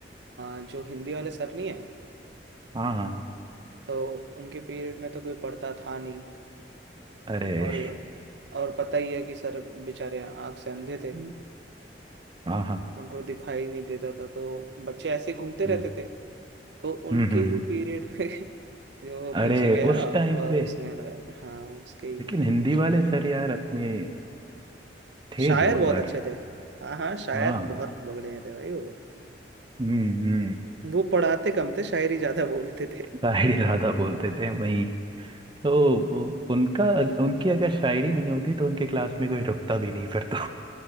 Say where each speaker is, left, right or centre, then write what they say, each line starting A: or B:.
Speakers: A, on the right; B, on the right.
A: आ, जो हिंदी वाले सर नहीं है
B: हाँ हाँ
A: तो उनके पीरियड में तो कोई पढ़ता था नहीं
B: अरे
A: और और पता ही है कि सर बेचारे आँख से अंधे थे
B: हाँ हाँ
A: उनको दिखाई नहीं देता था तो बच्चे ऐसे ही घूमते रहते
B: हम्म
A: थे तो उनके
B: हम्म हम्म,
A: ही
B: हम्म।
A: पीरियड पे <laughs> जो
B: अरे
A: पीछे गया
B: उस
A: और
B: टाइम पे
A: उसने लगाया था हाँ उसके ही
B: लेकिन हिंदी वाले सर यार अपने थे
A: शायर
B: जोरदार
A: बहुत अच्छे थे हाँ हाँ शायर
B: हाँ
A: बहुत बगड़े थे भाई वो
B: हम्म हम्म
A: वो पढ़ाते कम थे शायरी ज्यादा बोलते थे
B: शायरी ज्यादा बोलते थे वहीं तो वो- उनका उनकी अगर शायरी भी नहीं होती तो उनके क्लास में कोई रुकता भी नहीं फिर तो